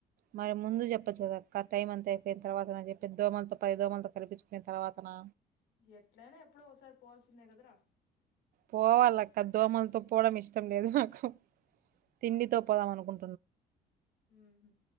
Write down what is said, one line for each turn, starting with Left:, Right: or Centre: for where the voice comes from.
Right: మరి ముందు చెప్పచ్చు కదాక్క టైం అంత అయిపోయిన తర్వాత నా చెప్పి దోమలతో పది దోమలతో కల్పించుకున్న తర్వాత నా
Left: ఎట్లైనా ఎప్పుడో ఒకసారి పోవాల్సిందే కదరా
Right: పోవాల అక్క దోమలతో పోవడం ఇష్టం లేదు నాకు తిండితో పోదాం అనుకుం
Left: మ్మ్ హ్మ్